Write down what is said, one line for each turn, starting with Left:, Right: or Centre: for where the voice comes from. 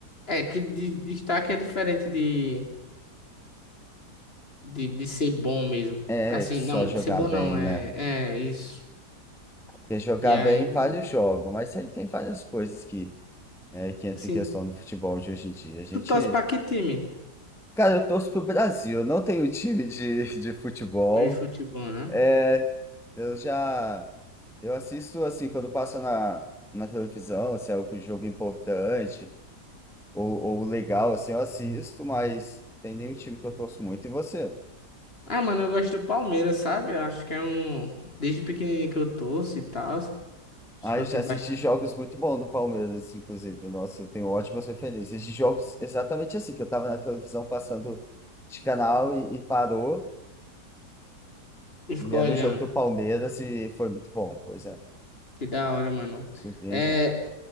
Left: É, que de- destaque é diferente de, de, de ser bom mesmo.
Centre: É
Left: Assim,
Centre: que só
Left: não,
Centre: jogar
Left: de ser bom
Centre: bem,
Left: não, é,
Centre: né?
Left: é isso.
Centre: Porque jogar
Left: E aí,
Centre: bem vários jogos, mas aí tem várias coisas que, é, que entram
Left: assim,
Centre: em questão no futebol de hoje em dia. A gente.
Left: tu torce pra que time?
Centre: Cara, eu torço pro Brasil, eu não tenho time de, <laughs> de futebol.
Left: É de futebol, né?
Centre: É, eu já. Eu assisto assim, quando passa na, na televisão, se é algum jogo importante ou, ou legal, assim, eu assisto, mas tem nenhum time que eu torço muito. E você?
Left: Ah, mano, eu gosto do Palmeiras, sabe? Eu acho que é um. Desde pequenininho que eu torço e tal. Acho
Centre: Ah,
Left: que
Centre: eu
Left: eu
Centre: já
Left: tenho
Centre: assisti
Left: bastante.
Centre: jogos muito bons do Palmeiras, inclusive. Nossa, eu tenho ótimas referências de jogos exatamente assim, que eu tava na televisão passando de canal e, e parou,
Left: E ficou
Centre: e era
Left: olhando.
Centre: o jogo do Palmeiras e foi muito bom, pois é.
Left: Que da hora, mano.
Centre: Surpreende.
Left: É,